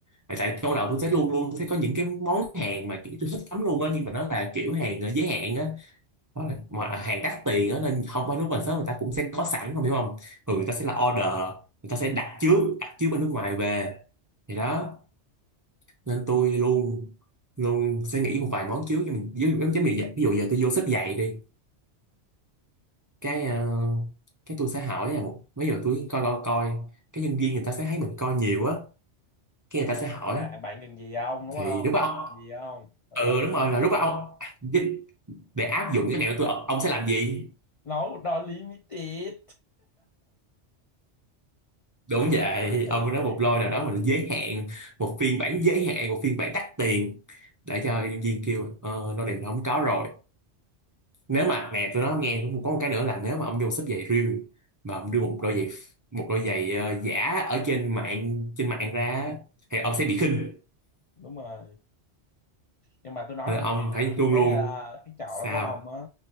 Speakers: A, on the right; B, on the left.
A: Tại tại trong đầu tôi thấy luôn luôn thấy có những cái món hàng mà kiểu tôi thích lắm luôn á nhưng mà nó là kiểu hàng ờ, giới hạn á hoặc là mà hàng đắt tiền á nên không phải lúc mà sớm người ta cũng sẽ có sẵn không hiểu không thường
B: hả?
A: người
B: hiểu
A: ta sẽ là order người ta sẽ đặt trước đặt trước bên nước ngoài về thì đó nên tôi luôn luôn sẽ nghĩ một vài món trước cho mình ví dụ giống như vậy ví dụ giờ tôi vô xách giày đi cái ờ, cái tôi sẽ hỏi là một mấy giờ tôi coi coi coi cái nhân viên người ta sẽ thấy mình coi nhiều á cái người ta sẽ hỏi
B: Cái hỏi là bạn cần gì không đúng
A: thì
B: không
A: lúc đó ông
B: Cần gì không đúng
A: ừ
B: không
A: đúng rồi là lúc đó ông à, đích- để áp dụng cái này của tôi ông, ông sẽ làm gì
B: nói một đôi limited
A: đúng vậy
B: tại
A: ông
B: vì
A: nói
B: thì
A: một
B: cái-
A: lôi nào
B: cái-
A: đó mà nó giới hạn một phiên bản giới hạn một phiên bản đắt tiền để cho nhân viên kêu ờ lôi này mình không có rồi nếu mà nè tôi nói ông nghe cũng có một cái nữa là nếu mà ông vô xếp giày riêng mà ông đưa một đôi giày một đôi giày ờ, giả ở trên mạng trên mạng ra thì ông sẽ bị khinh
B: đúng rồi nhưng mà tôi nói
A: nên
B: ông
A: ông
B: nghe là
A: phải chuông
B: cái
A: luôn
B: ờ, cái trò
A: sao
B: đó của ông á